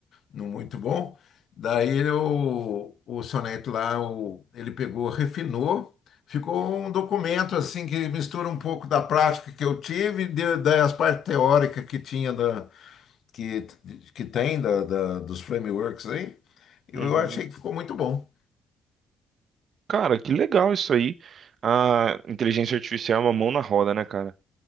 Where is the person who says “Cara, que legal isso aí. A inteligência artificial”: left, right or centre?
Right